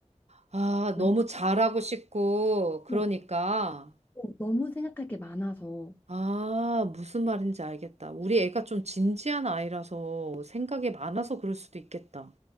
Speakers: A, on the right (about 65°); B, on the left (about 15°).
A: 아,
B: 왜냐면
A: 너무 잘하고 싶고, 그러니까.
B: 어, 어, 너무 생각할 게 많아서.
A: 아, 무슨 말인지 알겠다. 우리 애가 좀 진지한 아이라서 생각이 많아서 그럴 수도 있겠다.